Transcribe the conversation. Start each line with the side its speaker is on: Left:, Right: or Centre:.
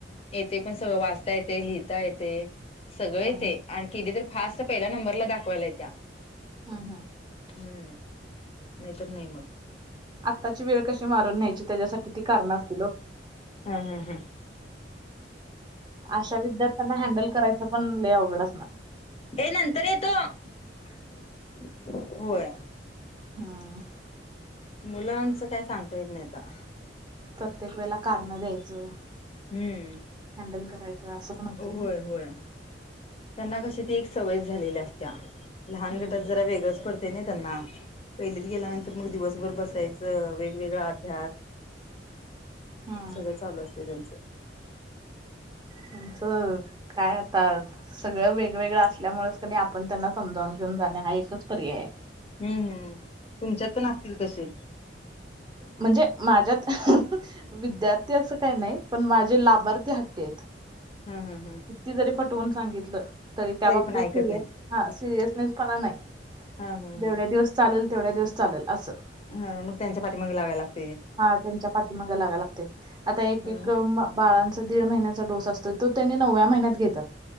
Left: येतय पण सगळं वाचता येतय, लिहिता येतय, सगळं
Right: हं,
Left: येतय. आणि किली तर फास्ट पहिल्या नंबरला दाखवायला येत्या.
Right: हा हा.
Left: हम्म नाही तर नाही मग.
Right: आत्ताची वेळ कशी मारून घ्यायची त्याच्यासाठी ती कारणं असतील हो.
Left: हम्म हम्म हम्म.
Right: अशा विद्यार्थ्यांना हँडल करायचं पण लय अवघड असणार.
Left: <unintelligible> होय.
Right: हा.
Left: मुलांच काय सांगता येत नाही आता.
Right: प्रत्येक वेळेला कारणं द्यायचं.
Left: हम्म.
Right: हँडल करायचं असं. पण होतंय
Left: होय
Right: नाही.
Left: होय. त्यांना कशी ती एक सवय झालेली असत्या लहान
Right: हम्म.
Left: गटात जरा वेगळंच प नाही त्यांना पहिलीत गेल्यानंतर मग दिवसभर बसायचं वेगवेगळा अभ्यास
Right: हम्म
Left: सगळं चालू असतय त्यांचं.
Right: त्यांचं काय आता आज. सगळं वेगवेगळं असल्यामुळेच क आपण त्यांना समजावून घेऊन जाणे हा एकच पर्याय ये.
Left: हम्म हम्म तुमच्यात पण असतील तशे.
Right: म्हणजे माझ्यात <unintelligible> विद्यार्थी असं काय नाही पण माझे लाभार्थी हट्टी आहेत.
Left: हम्म हम्म हम्म.
Right: किती जरी पटवून सांगितलं तरी त्या बाबतीत
Left: पण ऐकत
Right: सिरि
Left: नाहीत
Right: हा सिरियसनेस पणा नाही
Left: हा हा
Right: जेवढ्या
Left: हा
Right: दिवस चालेल तेवढ्या दिवस चालेल असं.
Left: ह मग त्यांच्या पाठी मागे लागयला लागत
Right: हा त्यांच्या पाठी मागे लागव लागते आता एक
Left: हा
Right: एक म बाळांचा दीड महिन्याचा डोस असतोय तो त्यांनी नवव्या महिन्यात घेतात